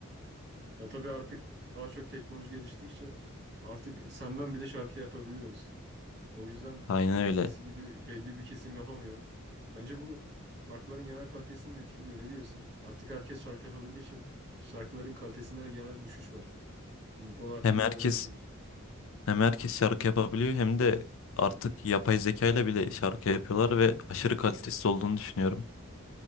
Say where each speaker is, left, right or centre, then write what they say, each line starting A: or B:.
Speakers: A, on the right (about 55°); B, on the left (about 65°).
A: Ya tabii artık daha çok teknoloji geliştikçe artık sen ben bile şarkı yapabiliyoruz. O yüzden
B: Aynen
A: eskisi
B: öyle.
A: gibi belli bir kesim yapamıyor. Bence bu şarkıların genel kalitesini de etkiliyor. Ne diyorsun? Artık herkes şarkı yapabildiği için şarkıların kalitesinde de genel düşüş var. Bu konu hakkında
B: Hem herkes
A: ne düşünüyorsun?
B: hem herkes şarkı yapabiliyor hem de artık yapay zeka ile bile şarkı yapıyorlar ve aşırı kalitesiz olduğunu düşünüyorum.